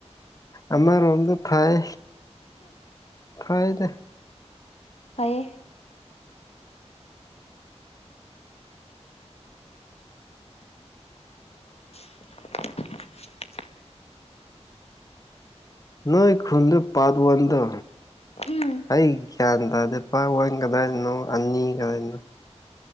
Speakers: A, on the left; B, on the left.
A: ꯑꯃꯔꯣꯝꯗ ꯐꯩ ꯐꯥꯏꯗꯦ
B: ꯑꯩ <unintelligible>
A: ꯅꯣꯏ ꯈꯨꯟꯗ ꯄꯥꯔꯠ ꯋꯥꯟꯗꯣ
B: ꯎꯝ
A: ꯑꯩ ꯒ꯭ꯌꯥꯟ ꯇꯥꯗꯦ ꯅꯨꯄꯥ ꯍ ꯀꯗꯥꯏꯗꯅꯣ ꯑꯅꯤ ꯀꯗꯥꯏꯗꯅꯣ